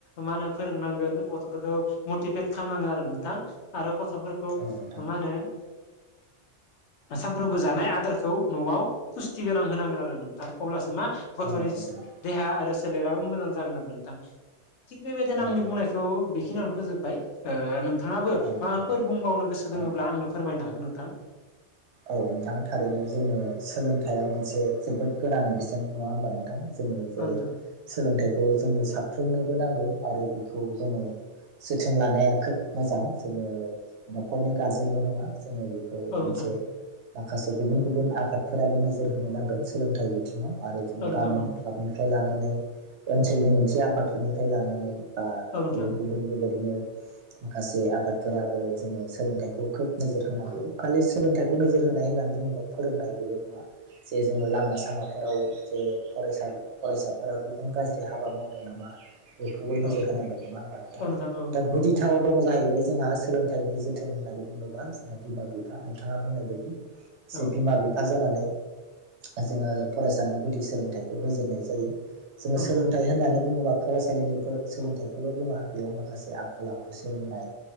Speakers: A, on the left; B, on the right.
A: मा होनो फोरोंनांगोन गथ'फोरखौ मटिभेट खालाम नांगोन आरो नोंथां आरो गथ'फोरखौ
B: औ नोंथां औ
A: <unintelligible>
B: नोंथां
A: मा होनो सानफ्रामबो जानाय दारखौ न'आव पुस्थि गोनां होनांगोन आरो नोंथां अब्लासो मा गथ'नि
B: औ नोंथां
A: देहा आरो सोलेराबो मोजां जागोन नोंथां। थिग बेबायदिनो
B: औ
A: आंनि बुंनायखौ बेखिनियावनो फोजोबबाय नोंथांङाबो
B: नोंथां
A: माबाफोर बुंबावनो गोसो दोङोब्ला
B: औ
A: आंनो फोरमायनो हागोन नोंथां?
B: औ नोंथां थारैनो जोङो सोलोंथाइया मोनसे जोबोद गोनां बिजों नङा होमबा नोंथां? ओ जे
A: औ नोंथां
B: सोलोंथाइखौ जोंनो साफ्रोमनोबो नांगौ आरो बेखौ जोंङो जोथोन लानाया खोब मोजां जोंङो न'खरनि गारजेनल' नङा जोङो <unintelligible> खौ
A: औ नोंथां
B: मोनसे माखासे गुबुन गुबुन आफादफोराबो नोजोर होनो नांगोन सोलोंथाइ बिथिङाव आरो जोंङो
A: औ नोंथां
B: गामिनि
A: औ
B: क्लाब <unintelligible> फ्राय लानानै ओनसोलनि मोनसे आफादफोरनिफ्राय लानानै बा
A: औ नोंथां
B: गुबुन गुबुन जों बेबायदिनो माखासे आफादफोराबो जोंङो सोलोंथाइखौ खोब नोजोर होनांनै खालि सोलोंथाइ नोजोर होनाय होननानै बुङोबा फोरोंनाय बेल' नङा। जे जोंङो लामा सामाफोराव जे फरायसाल फरायसाफोरा गुबुन गाज्रि हाबा मावदों नामा? बेखौबो नोजोर
A: औ
B: होनांगौ नङा ओमबा नोंथां
A: औ औ नोंथां
B: दा गुदिथाराव
A: औ
B: दं जाहैबाय जोंहा सोलोंथाइनि जोथोन होननानै बुङोबा जोंहा बिमा बिफा नोंथाङा बुंनाय बायदि जे
A: औ
B: बिमा बिफा जानानै जोंङो फरायसानो गुदि सोलोंथाइखौ होजेननायज जायो जों
A: नोंथां
B: सोलोंथाइ होननानै बुंङोबाब फरायसालिनि फो सोलोंथाइखौल' बुङा बेयाव माखासे आखल आखु सोलोंनाय